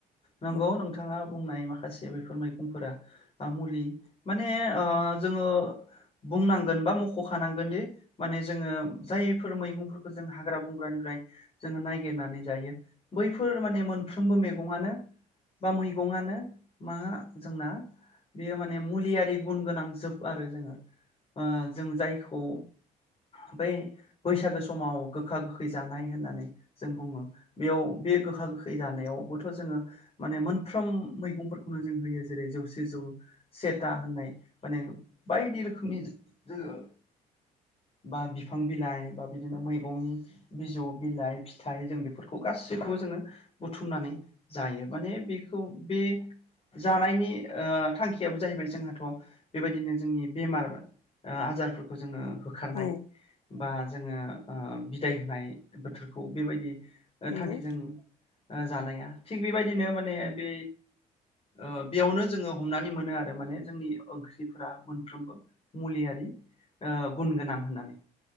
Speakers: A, on the left (about 35°); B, on the left (about 75°).
A: नंगौ
B: औ
A: नोंथांआ बुंनाय माखासे बेफोर मैगंफोरा ओ मुलि माने ओ जोङो बुंनांगोन बा मख'खानांगोन दि माने जोङो जायफोर मैगंफोरखौ जों हाग्रा बंग्रानिफ्राय जोङो नायगिरनानै जायो बैफोर माने मोनफ्रोमबो मैगंआनो बा मैगंआनो मा जोंना बेयो माने मुलिआरि गुन गोनां जोब आरो जोङो ओ‌ जों जायखौ आमफाय बैसागो समाव गोखा गोखै जानाय होननानै जों बुङो बेआव बे गोखा गोखै जानाय बावबोथ' जोङो माने मोनफ्रोम मैगंफोरखौनो जों होयो जेरै जौसे जौ सेथा होननाय माने बायदि रोखोमनि जों जोङो बा बिफां बिलाइ बा बिदिनो मैगं बिजौ बिलाइ फिथाइ जों बेफोरखौ गासैखौबो जोङो बुथुमनानै जायो माने बेखौ बे जानायनि ओ थांखिआबो जाहैबाय जोंहोथ' बेबायदिनो जोंनि बेमार ओ आजारफोरखौ जोङो होखारनाय
B: औ
A: बा जोङो ओ बिदाय होनाय बोथोरखौ बेबायदि
B: नंगौ
A: थांखिजों ओ जानाया थिग बेबायदिनो माने बे ओ बेआवनो जोङो हमनानै मोनो आरो माने जोंनि ओंख्रिफोरा मोनफ्रोमबो मुलिआरि ओ गुन गोनां होननानै